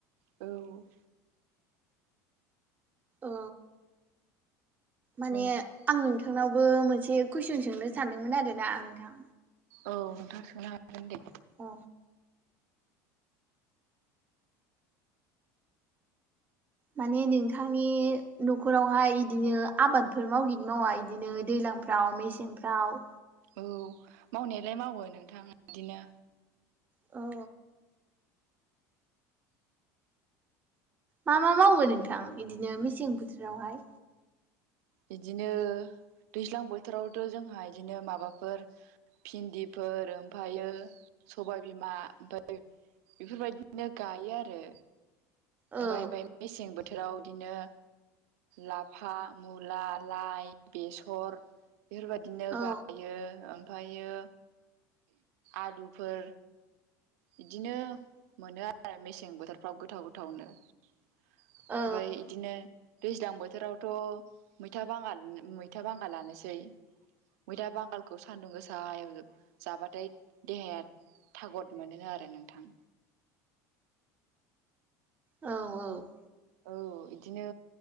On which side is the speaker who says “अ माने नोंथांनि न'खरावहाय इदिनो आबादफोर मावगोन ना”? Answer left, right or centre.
Right